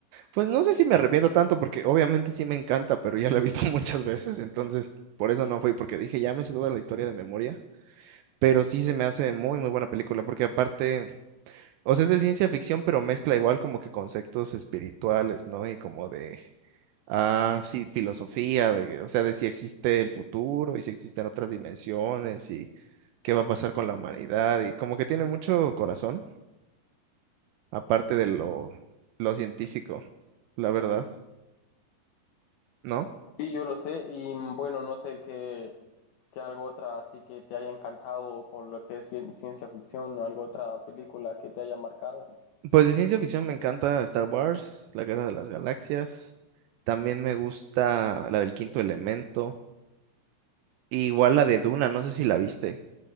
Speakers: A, on the right; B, on the left.
A: pues no sé si me arrepiento tanto porque obviamente sí me encanta, pero ya la he visto <laughs> muchas veces, entonces por eso no fui porque dije, ya me sé toda la historia de memoria, pero sí se me hace muy muy buena película porque aparte O sea, es de ciencia ficción, pero mezcla igual como que conceptos espirituales, ¿no? Y como de, ah, sí, filosofía, de, o sea, de si existe el futuro y si existen otras dimensiones y qué va a pasar con la humanidad. Y como que tiene mucho corazón, aparte de lo, lo científico, la verdad, ¿no?
B: Sí, yo lo sé y mm, bueno, no sé qué, qué algo otra así que te haya encantado con lo que es cien- ciencia ficción o algo otra película que te haya marcado.
A: Pues de ciencia ficción me encanta Star Wars, La Guerra de las Galaxias. También me gusta la del Quinto Elemento. y igual la de Duna, no sé si la viste.